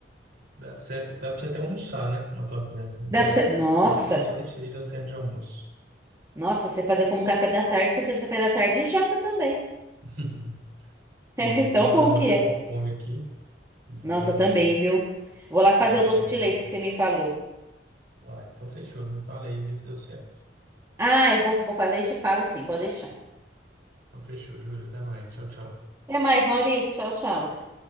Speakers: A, on the right; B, on the right.
A: Dá, cer- dá pra você até almoçar, né? Uma torta dessa.
B: Dá
A: já
B: pra você... Nossa,
A: serve- só isso aí já serve de almoço.
B: nossa, você fazer como café da tarde, você fica de café da tarde e janta também. <laughs>
A: <laughs> Pô,
B: É
A: e esse
B: tão
A: papo
B: bom
A: tá dando
B: que
A: até
B: é.
A: uma fome aqui. Vou,
B: Nossa, eu também, viu? Vou lá fazer
A: vou dar uma
B: o doce
A: olhada
B: de leite
A: ali
B: que você me falou.
A: Uai, então fechou. Me fala aí, vê se deu certo.
B: Ah, eu vou, vou fazer e te falo sim, pode deixar.
A: Então fechou, juro. Até mais. Tchau, tchau.
B: Até mais, Maurício. Tchau, tchau.